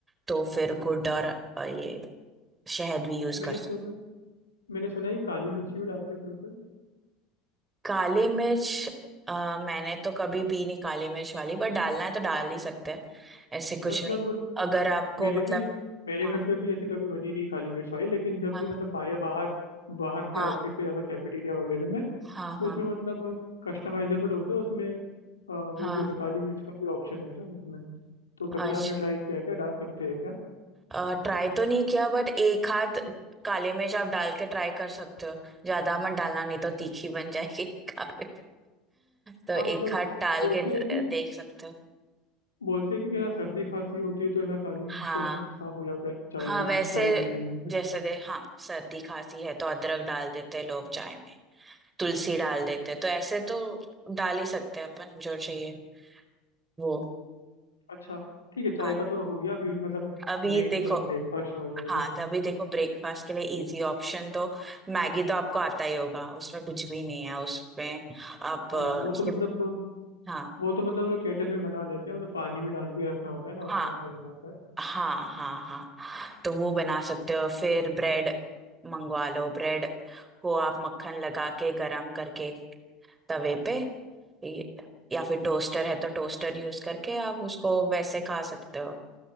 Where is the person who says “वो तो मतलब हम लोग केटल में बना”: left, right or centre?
Left